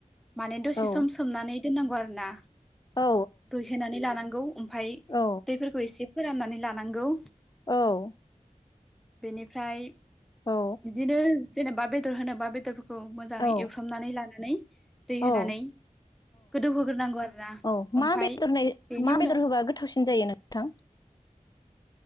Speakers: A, in the centre; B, on the left.
A: माने दसे
B: औ
A: सम सोमनानै दोननांगौ आरो ना
B: औ
A: रुइहोनानै लानांगौ ओमफाय
B: औ
A: दैफोरखौ एसे फोराननानै लानांगौ
B: औ
A: बेनिफ्राय
B: औ
A: बिदिनो जेनेबा बेदर होनोबा बेदर खौ मोजाङै
B: औ
A: एवफ्रामनानै लानानै दै
B: औ
A: होनानै गोदौहोग्रोनांगौ आरोना
B: औ मा
A: ओमफाय
B: बेदर होनाय
A: बेनि
B: मा बेदर
A: उनाव
B: होबा गोथावसिन जायो नोंथां